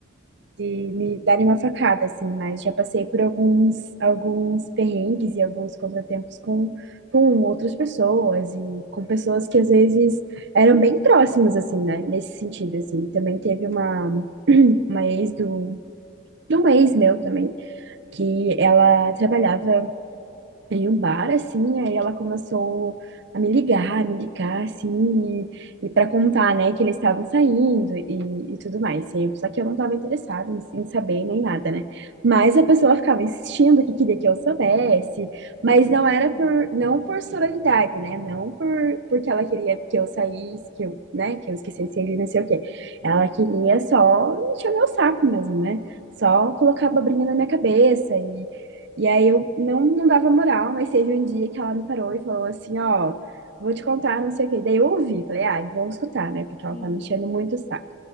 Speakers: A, on the right; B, on the left.
A: de me darem uma facada, assim, mas já passei por alguns, alguns perrengues e alguns contratempos com, com outras pessoas e com pessoas que às vezes eram bem próximas, assim, né? Nesse sentido, assim. Também teve uma, <clears throat> uma ex do, de um ex meu também, que ela trabalhava em um bar, assim, aí ela começou a me ligar, me ligar, assim, e, e para contar, né, que eles estavam saindo e, e tudo mais. E eu- só que eu não estava interessada em, em saber nem nada, né? Mas a pessoa ficava insistindo que queria que eu soubesse, mas não
B: Sim,
A: era por, não por sororidade, né? Não por, porque ela queria que eu saísse, que eu, né, que eu esquecesse ele, não sei o quê. Ela queria só encher o meu saco mesmo, né? Só colocar a abobrinha na minha cabeça e aí eu não, não dava moral, mas teve um dia que ela me parou e falou assim, ó, vou te contar, não sei o quê. Daí eu ouvi, falei, ai, vou escutar, né? Porque
B: sim,
A: ela tá me enchendo
B: amiga.
A: muito o saco.